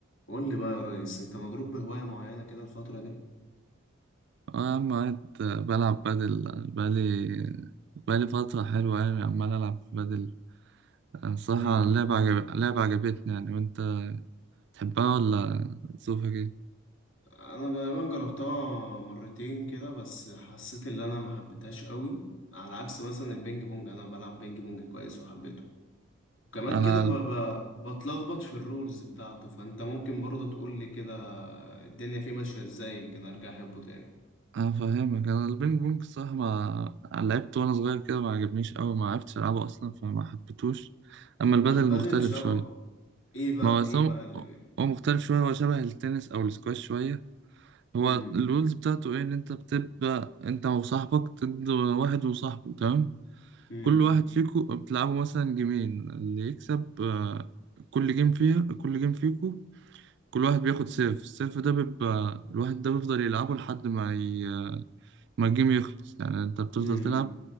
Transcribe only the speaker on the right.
أنا عم قاعد بلعب بادل بقالي بقالي فترة حلوة يعني عمال ألعب بادل أنا الصراحة
اللعبة عجب... لعبة عجبتني يعني وأنت تحبها ولا ظروفك إيه؟
أنا
أنا فاهمك أنا البينج بونج الصراحة ما لعبت وأنا صغير كده ما عجبنيش أوي ما عرفتش ألعبه أصلا فما حبيتهوش أما البادل
مختلف
شوية
ما هو أصلا
هو
هو مختلف شوية هو شبه التنس أو السكواش شوية هو
الرولز بتاعته إيه إن أنت بتبقى أنت وصاحبك ضد واحد وصاحبه تمام؟
كل واحد فيكم بتلعبوا مثلا جيمين اللي يكسب آه، كل جيم فيها كل جيم فيكم كل واحد بياخد سيف السيف ده بيبقى الواحد ده بيفضل يلعبه لحد ما ي... ما الجيم يخلص يعني انت بتفضل
تلعب